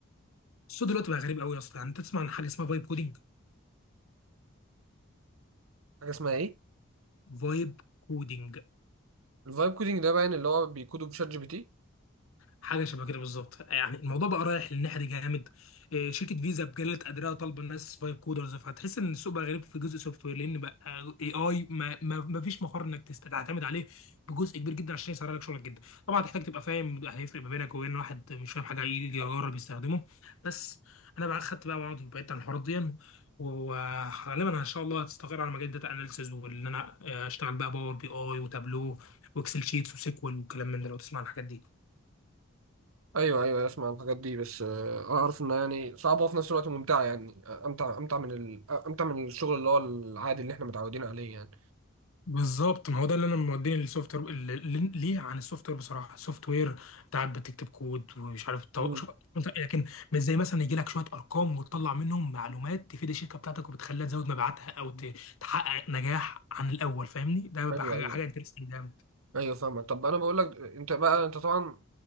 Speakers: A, on the left (about 85°); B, on the right (about 85°).
A: الصوت دلوقتي بقى غريب قوي يا اسطى يعني انت تسمع عن حاجه اسمها فايب كودينج
B: حاجه اسمها ايه
A: فايب كودينج
B: الفايب كودينج ده باين اللي هو بيكودوا بشات جي بي تي
A: حاجه شبه كده بالظبط يعني الموضوع بقى رايح للناحيه دي جامد إيه، شركه فيزا بجلت قدرها طالبه الناس فايب كودرز فهتحس ان السوق بقى غريب في جزء سوفت وير لان بقى اي اي ما, ما, ما فيش مفر انك تست- تعتمد عليه بجزء كبير جدا عشان يسرع لك شغلك جدا طبعا هتحتاج تبقى فاهم هيفرق ما بينك وبين واحد مش فاهم حاجه يجي يجرب يستخدمه بس انا بقى خدت بقى وعض وبعدت عن الحوارات دي وغالبا ان شاء الله هتستقر على مجال داتا اناليسز وان انا آه، اشتغل بقى باور بي اي وتابلو واكسل شيتس وسيكوال والكلام من ده لو تسمع عن الحاجات دي
B: ايوه ايوه أيوة، اسمع عن الحاجات دي بس آه، اعرف انها يعني صعبه وفي نفس الوقت ممتعه يعني امتع امتع من ال... امتع من الشغل اللي هو العادي اللي احنا متعودين عليه يعني
A: بالظبط ما هو ده اللي انا موديني للسوفت وير اللي- اللي- ليه عن السوفت وير بصراحه السوفت وير انت قاعد بتكتب كود ومش عارف تطو-
B: مم.
A: شوف أنت- لكن مش زي مثلا يجي لك شويه ارقام وتطلع منهم معلومات تفيد الشركه بتاعتك وبتخليها تزود مبيعاتها او ت- تحقق نجاح عن الاول فاهمني ده بيبقى
B: ايوه
A: حاجه
B: ايوه
A: حاجه انترستنج جامد
B: ايوه فاهمك طب انا بقول لك انت بقى انت طبعا